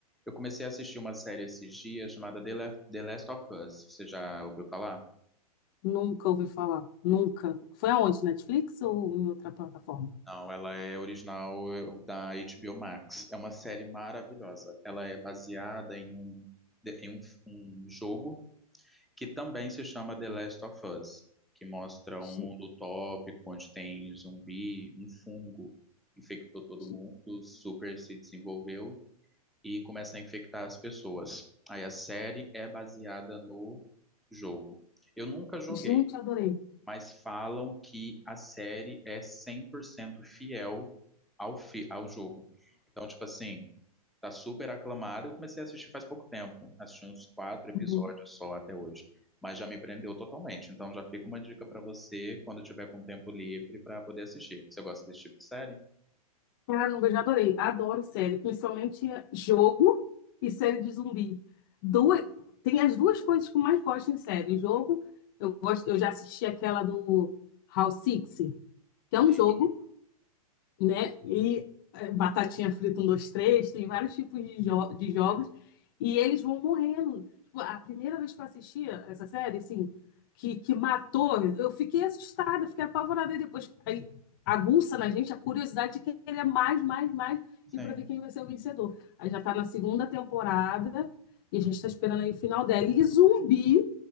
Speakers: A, in the centre; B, on the left.
A: Eu comecei a assistir uma série esses dias chamada The La- The Last of Us. Você já ouviu falar?
B: Nunca ouvi falar. Nunca. Foi aonde? Netflix ou em outra plataforma?
A: Não, ela é original eu, da HBO Max. É uma série maravilhosa. Ela é baseada em um, de- em um, um jogo que também se chama The Last of Us, que mostra
B: Ge-
A: um mundo utópico onde tem zumbi, um fungo infectou todo
B: ge-
A: mundo, super se desenvolveu e começa a infectar as pessoas. Aí a série é baseada no jogo. Eu nunca joguei.
B: Gente, adorei.
A: mas falam que a série é 100% fiel ao, fi ao jogo. Então, tipo assim, tá super aclamada. Eu comecei a assistir faz pouco tempo, assisti uns quatro episódios
B: Uhum.
A: só até hoje, mas já me prendeu totalmente. Então, já fica uma dica pra você quando tiver com tempo livre pra poder assistir. Você gosta desse tipo de série?
B: Cara, não vejo, adorei. Adoro série, principalmente jogo e série de zumbi. Duas, tem as duas coisas que eu mais gosto em série. Jogo, eu gosto, eu já assisti aquela do House Six, que é um
A: Sim.
B: jogo. né? E é, batatinha frita, um, dois, três, tem vários tipos de, jo de jogos, e eles vão morrendo. Tipo, a primeira vez que eu assistia essa série, assim, que, que matou, eu fiquei assustada, fiquei apavorada, e depois aí, aguça na gente a curiosidade de que ele é mais, mais, mais,
A: Sim.
B: e para ver quem vai ser o vencedor. Aí já está na segunda temporada, e a gente está esperando aí o final dela. E zumbi,